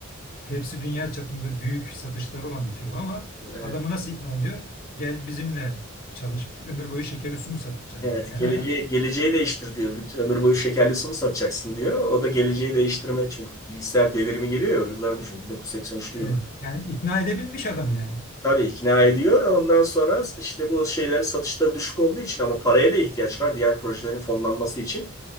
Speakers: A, on the left; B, on the left.
A: Pepsi dünya çapında büyük satışları olan bir firma ama
B: Evet.
A: adamı nasıl ikna ediyor? Gel bizimle çalış ömür boyu şekerli su mu satacaksın
B: Evet,
A: diyor yani.
B: geleceği,
A: <laughs>
B: geleceği değiştir diyor. Bütün ömür boyu şekerli su mu satacaksın diyor. O da geleceği değiştirme çünkü bilgisayar devrimi geliyor ya, o yılları düşün. 1983'lü
A: Evet.
B: yıllar.
A: Yani ikna edebilmiş adamı yani.
B: Tabii ikna ediyor. Ondan sonra işte bu şeylerin satışları düşük olduğu için ama paraya da ihtiyaç var diğer projelerin fonlanması için.